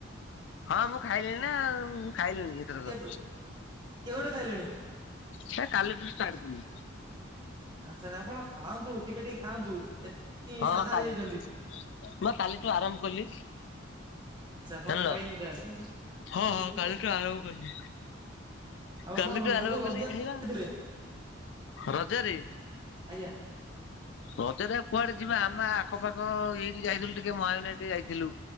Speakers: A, on the left; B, on the right.
A: ହଁ ମୁଁ ଖାଇଲିଣି ନା ଆଉ ମୁଁ ଖାଇଲିଣି ଏଥରକ।
B: କେବେ କେବେଠୁ ଖାଇଲେଣି?
A: ସେ କାଲିଠୁ ଷ୍ଟାର୍ଟ କଲି।
B: ଆଚ୍ଛା ଆଚ୍ଛା ଆପଣ ଖାଆନ୍ତୁ ଟିକେ ଟିକେ ଖାଆନ୍ତୁ ଏ ଇ
A: ହଁ
B: ସାଧା
A: କାଲି
B: ହେଇଯାଇଛନ୍ତି।
A: ମୁଁ କାଲିଠୁ ଆରମ୍ଭ କଲି
B: ସେ ଆପଣ
A: ଜାଣିଲ।
B: ଖାଇଲେଣି ତାହେଲେ।
A: ହଁ ହଁ କାଲିଠୁ ଆରମ୍ଭ କଲି
B: ଆଉ
A: କାଲିଠୁ
B: ଆପଣ ବର୍
A: ଆରମ୍ଭ
B: ବନ୍ଧୁ
A: କଲି
B: ରଜ
A: ଖାଇବା
B: ଥିଲେ।
A: ରଜରେ।
B: ଆଜ୍ଞା।
A: ରଜରେ ଆଉ କୁଆଡେ ଯିବା ଆମ ଆଖପାଖ ଏଇଠି ଯାଇଥିଲୁ ଟିକେ ମହାବିନାୟ ଏ ଯାଇଥିଲୁ